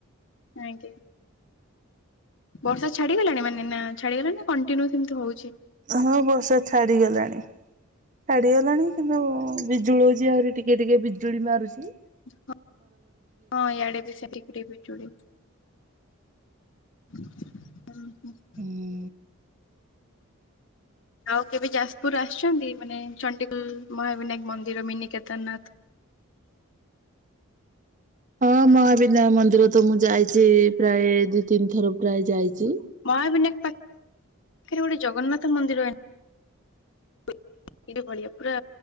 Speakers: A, on the left; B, on the right.
A: ଆଜ୍ଞା। ବର୍ଷା ଛାଡିଗଲାଣି ମାନେ ନା ଛାଡିଗଲାଣି ନା କଣ୍ଟିନ୍ୟୁ ସେମିତି ହଉଚି?
B: ହଁ ବର୍ଷା ଛାଡିଗଲାଣି। ଛାଡିଗଲାଣି କିନ୍ତୁ ବିଜୁଳଉଚି ଆହୁରି ଟିକେ ଟିକେ ବିଜୁଳି ମାରୁଚି।
A: ହଁ ଇାଆଡେ ବି ସେ ଟିକେ ଟିକେ ବିଜୁଳି ହୁଁ ହୁଁ।
B: ହୁଁ।
A: ଆଉ କେବେ ଯାଜପୁର ଆସିଚନ୍ତି? ମାନେ ଚଣ୍ଡିଖୋଲ, ମହାବିନାୟକ ମନ୍ଦିର, ମିନି କେଦାରନାଥ।
B: ହଁ ମହାବିିନାୟ ମନ୍ଦିର ତ ମୁଁ ଯାଇଚି ପ୍ରାୟ ଦି ତିନି ଥର ପ୍ରାୟ ଯାଇଚି।
A: ମହାବିନାୟକ ପା ଖରେ ଗୋଟେ ଜଗନ୍ନାଥ ମନ୍ଦିର ପୁରୀ ଭଳିିଆ ପୁରା